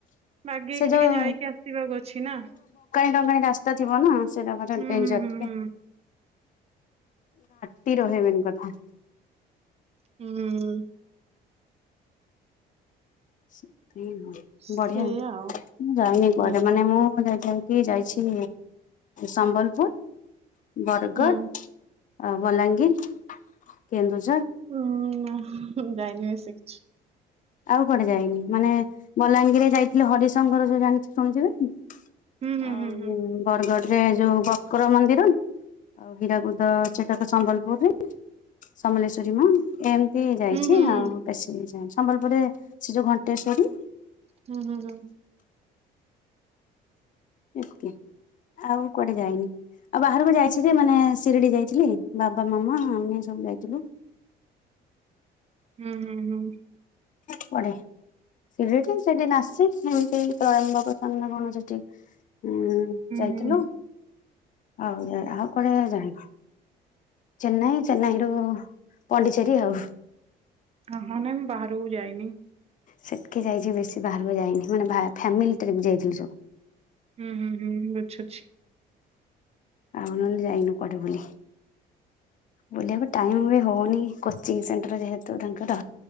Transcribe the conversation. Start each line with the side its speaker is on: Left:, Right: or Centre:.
Right: ବାଗେଇକି
Left: ସେ ଯୋଉ
Right: ଟିକେ ଯାଇକି ଆସିବାକୁ ଅଛି ନା
Left: ଟା ରାସ୍ତା ଥିବ ନା ସେଟା ଗୋଟେ
Right: ହୁଁ
Left: ଡେଞ୍ଜର
Right: ହୁଁ ହୁଁ
Left: ଟିକେ
Right: ହୁଁ।
Left: ତି ରହିବନ
Right: ସେ-
Left: କଥା।
Right: ହୁଁ।
Left: ସେ
Right: ସେଇଆ
Left: ବଢିଆ ମୁଁ
Right: ଆଉ
Left: ଯାଇନି
Right: ହୁଁ।
Left: କୁଆଡ ମାନେ ମୁଁ ଯ କିଏ ଯାଇଛି ସମ୍ବଲପୁର୍ ବରଗଡ଼।
Right: ହୁଁ
Left: ଅ ବଲାଙ୍ଗୀର କେନ୍ଦୁଝ
Right: ହୁଁ ଯାଇନି ବ ସେ କିଛି।
Left: ଆଉ କୁଆଡେ ଯାଇନି ମାନେ ବଲାଙ୍ଗୀରରେ ଯାଇଥିଲେ ହରିଶଙ୍କର ଯୋଉ ଜାଣିଛି ଶୁଣିଥିବେ।
Right: ହୁଁ ହୁଁ
Left: ଆଉ
Right: ହୁଁ ହୁଁ।
Left: ହ ବର୍ଗର୍। ରେ ଯୋଉ ବକର ମନ୍ଦିର ଆଉ ହୀରାକୁଦ ସେଟାକ ସମ୍ବଲପୁରରେ। ସମଲେଶ୍ଵରୀ ମା ଏ ଯାଇଛି
Right: ହୁଁ ହୁଁ
Left: ଆଉ ବେଶୀ ସମ୍ବଲପୁରରେ ସେ ଯୋଉ ଘଣ୍ଟେଶ୍ଵରୀ।
Right: ହୁଁ ହୁଁ ହୁଁ।
Left: ଆଉ କୁଆଡେ ଯାଇନି। ଆଉ ବାହାରକୁ ଯାଇଛି ଯେ ମାନେ ସିରିଡି ଯାଇଥିଲି ବାବା ମାମା ଆମେ ସବୁ ଯାଇଥିଲୁ।
Right: ହୁଁ ହୁଁ ହୁଁ।
Left: ପଡ଼େ। ସେ ସେଠି ନାସିକ୍ ସେମିତି ପ୍ରୟମ୍ଭ ପ୍ରସନ୍ନ କଣ ସେଠି। ହୁଁ ଯାଇଥିଲୁ
Right: ହୁଁ ହୁଁ
Left: ଆଉ ଯ ଆଉ କୁଆଡେ ଜାଣିଲ। ଚେନ୍ନାଇ ଚେନ୍ନାଇରୁ ପଣ୍ଡିଚେରୀ ଆଉ
Right: ହଁ ହଁ ନାଇଁ ମୁଁ ବାହାରକୁ ଯାଇନି।
Left: ସେତକି ଯାଇଛି ବେଶୀ ବାହାରକୁ ଯାଇନି ମାନେ ଫ୍ୟାମିଲି ଟ୍ରିପ ଯାଇଥିଲୁ ସବୁ।
Right: ହୁଁ ହୁଁ ହୁଁଁ ଆଚ୍ଛା ଆଚ୍ଛା।
Left: ଆଉ ନହେଲେ ଯାଇନୁ କୁଆଡ଼େ ବୁଲି? ବୁଲିଆକୁ ଟାଇମ ବି ହଉନି କୋଚିଂ ସେଣ୍ଟର ଯେହେତୁ ତାଙ୍କର।